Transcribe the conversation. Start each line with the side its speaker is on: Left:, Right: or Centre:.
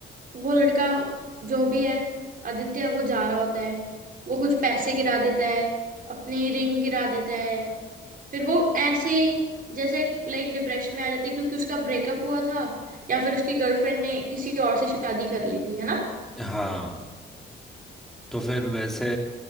Right: वो लड़का जो भी है आदित्य वो जा रहा होता है वो कुछ पैसे गिरा देता है अपनी रिंग गिरा देता है फिर वो ऐसे ही जैसे लाइक डिप्रेशन में आ जाते क्योंकि उसका ब्रेकअप हुआ था या फिर उसकी गर्लफ्रेंड ने किसी और से शादी कर ली थी है ना
Centre: हाँ तो फिर वैसे